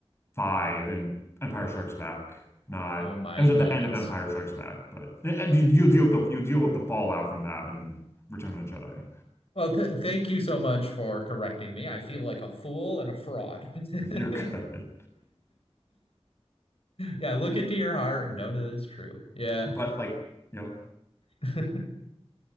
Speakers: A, on the left; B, on the left.
A: five and Empire Strikes Back. Not
B: Oh my
A: it was
B: goodness.
A: at the end of Empire Strikes Back, but and you, you'll deal with the you deal with the fallout from that in Return of the Jedi.
B: Well, th thank you so much for correcting me. I feel like a fool and a fraud.
A: <laughs> You're good,
B: <laughs> Yeah, look into your heart and know that it's true. Yeah.
A: but like yeah.
B: <laughs>